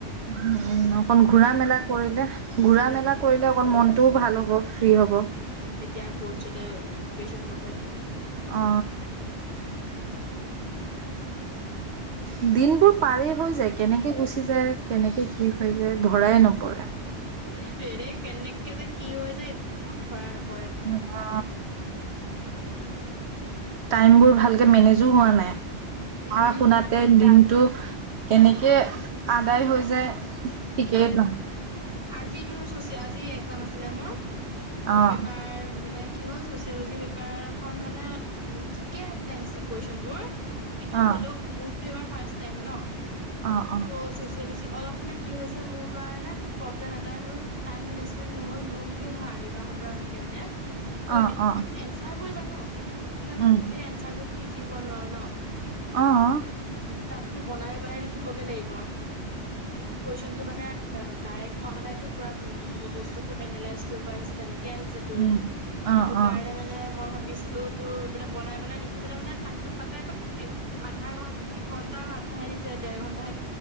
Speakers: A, on the right; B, on the right.
A: উম অকন ঘুৰা মেলা কৰিলে ঘুৰা
B: উম
A: মেলা কৰিলে অকণ মন টোও ভাল হ'ব ফ্ৰী হ'ব।
B: উম তেতিয়া বৰ্ডচেলে পিপিয়েচন হব পা
A: অ উ দিনবোৰ পাৰেই হৈ যায় কেনেকে গুচি যাই কেনেকে কি হৈ যায় ধৰাই নপৰে
B: এইটোয়ে দেই কেনেককে যে কি হৈ যায় একোত ধৰা নাপ
A: উম অ
B: তাকে
A: টাইম বোৰ ভালকে মেনেজো হোৱা নাই পঢ়া
B: উম
A: শুনাতে
B: টাইম
A: দিনটো কেনেকে আদায় হৈ যায় ঠিকেই
B: উম
A: ন
B: আজি তোৰ চৈচে আজি এক্সাম আছিলে মোৰ। তোৰ
A: অ',
B: পেপাৰ মানে কি হল ছৈচেলজিৰ পেপাৰ খন মানে, ঠিকে আহিছে এনচা কুৱেশ্যনবোৰ। কিন্তু
A: অ',
B: হ'লেও মুঠ তোৰ এবাৰ ফাৰ্ষ্ট টাইম ন।
A: অ', অ',
B: তো ছৈচে'লজি অলপ মানে কি হৈছে মোৰ কাৰণে তোৰ প্ৰব্লেম এটাই হ'ল, টাইম মেনেজমেণ্ট নহ'ল, মোৰ বুলিয়ে নহয় আৰিবা সঁতৰ এনেকে মানে। কৈ
A: অ',
B: হে
A: অ',
B: আমি এনচাৰ বোৰ জানো। কিন্তু আমি
A: উম,
B: গোটেই এনচাৰটোৱেতো লিখ খিব নোৱাৰো ন।
A: অ, অ।
B: তাতেতো বনাই বনাই লিখি লিখিবগে লাগিব। কুৱেছচন টো মানে ডাইৰেক্ট অহা নাইতো পুৰা উম, বহুত বস্তু বোৰ এনলাইজ কৰিব আহিছে তেনেকে তেনেকে আহিছে তোৰ,
A: উম, অ',
B: সেইটো কাৰণে
A: অ',
B: মানে মই ভাবিছোঁ ছিলো তোৰ মানে বনাই বনাই লিখিবলে মানে তাক তাক তাতে আকৌ এক আধা ঘণ এক ঘণ্টা আৰু আধাহে দিছে দেৰ ঘণ্টা